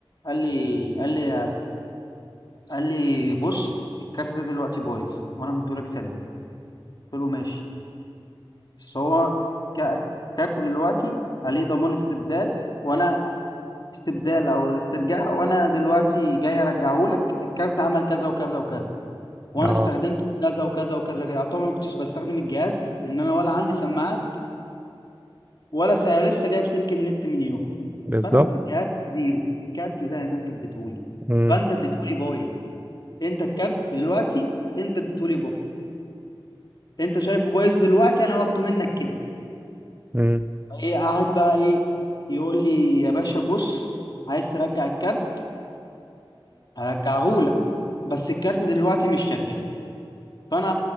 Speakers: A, on the left; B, on the right.
A: قال لي قال لي قال لي بص الكارت ده دلوقتي بايظ وانا مديهولك سلبي قلت له ماشي بس هو ك- الكارت دلوقتي عليه ضمان استبدال وانا استبدال او استرجاع وانا دلوقتي جاي ارجعهولك الكارت عمل كذا وكذا وكذا وانا
B: اه
A: استخدمته في كذا وكذا وكذا كده طبعا ما كنتش بستخدم الجهاز لان انا ولا عندي سماعات ولا سا... لسه جايب سلك النت من يوم
B: بالظبط
A: فانا ماسك الجهاز زيرو الكارت زي ما انت اديتهولي
B: مم.
A: فانت اديتهولي بايظ انت الكارت دلوقتي انت اديتهولي بايظ انت شايفه بايظ دلوقتي انا واخده منك كده
B: مم.
A: ايه قاعد بقى ايه يقول لي يا باشا بص عايز ترجع الكارت هرجعهولك بس الكارت دلوقتي مش شغال فانا